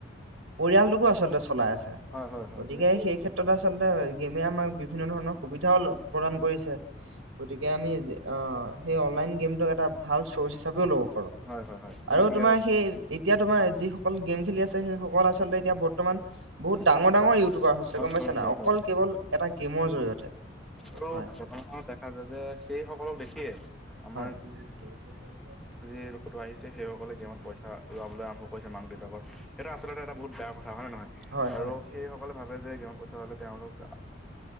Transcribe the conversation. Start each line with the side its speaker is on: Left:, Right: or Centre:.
Right: পৰিয়ালটোকো আচলতে চলাই আছে।
Centre: হয় হয় হয়
Right: গতিকে
Centre: তুমি ঠিক
Right: সেই ক্ষেত্ৰত আচলতে গেমে আমাক বিভিন্ন ধৰণৰ সুবিধাও অলপ- প্ৰদান কৰিছে গতিকে আমি সেই অনলাইন গেমটোক এটা ভাল চৰ্চ হিচাপেও ল'ব পাৰোঁ।
Centre: হয় হয় হয় তুমি
Right: আৰু
Centre: ঠিকে
Right: তোমাৰ সেই এতিয়া তোমাৰ যিসকল গেম খেলি আছে সেই সকল আছে- সেহেতে এতিয়া বৰ্তমান বহুত
Centre: কৈছা
Right: ডাঙৰ- ডাঙৰ ইউটিউবাৰ হৈছে
Centre: হয়
Right: গম
Centre: হয়
Right: পাইছা নাই
Centre: হয়
Right: অকল
Centre: হয়
Right: কেৱল এটা গেমৰ জৰিয়তে।
Centre: আৰু
Right: হয়
Centre: বৰ্তমানত দেখা যায় যে সেই সকলক দেখিয়ে আমাৰ-
Right: আজি বৰষুণ বা-
Centre: আযি ফটো আহিছে সেই সকলে গেমত পইচা উৰাবলৈ আৰম্ভ কৰিছে মাক দেউতাকৰ। সেইটো আচলতে এটা বহুত বেয়া কথা হয়ঁ নে নহয়
Right: হয়
Centre: আৰু
Right: হয়। হয়।
Centre: সেই সকলে ভাবে যে গেমত পইছা পালে তেওঁলোক-